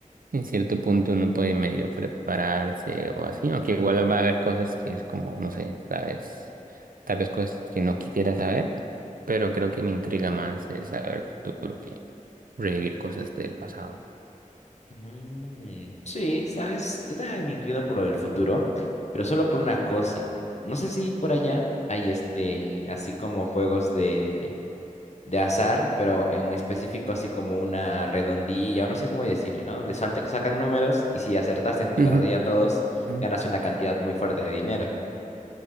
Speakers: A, on the right (about 90°); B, on the left (about 55°).
A: En cierto punto uno puede medio prepararse o así, aunque igual va a haber cosas que es como, no sé, tal vez, tal vez cosas que no quisiera saber, pero creo que me intriga más es saber el futuro que revivir cosas del pasado.
B: Mm, sí, sabes, yo también me inclino por lo del futuro, pero solo por una cosa. No sé si por allá hay este, así como juegos de de azar, pero en específico así como una redondilla, o no sé cómo decirle, ¿no? De salta que sacan números y si acertaste en tu
A: Ujú,
B: cartilla todos,
A: ujú.
B: ganas una cantidad muy fuerte de dinero.